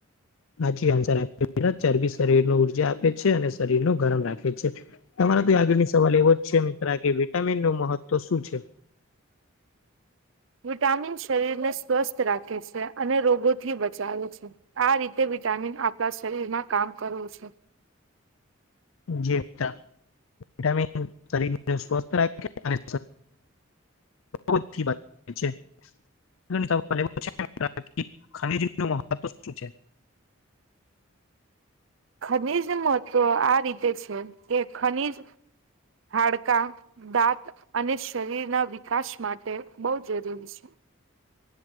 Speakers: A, on the left; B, on the right.
A: હાચી આન્સર આપ્યો ચરબી શરીર ન ઉર્જા આપે છે અને શરીર નું ગરમ રાખે છે તમારા તો આગળની સવાલ એવો જ છે મિત્ર કે વિટામિન નો મહત્વ શું છે
B: વિટામિન શરીરને સ્વસ્થ રાખે છે અને રોગોથી બચાવે છે આ રીતે વિટામિન આપણા શરીરમાં કામ કરવું છે
A: જે વિટામિન શરીરને સ્વસ્થ રાખે અને <unintelligible> <unintelligible>
B: ખનીજ મહત્વ આ રીતે છે કે ખનીજ હાડકા દાંત અને શરીર ના વિકાસ માટે બહુ જરૂરી છે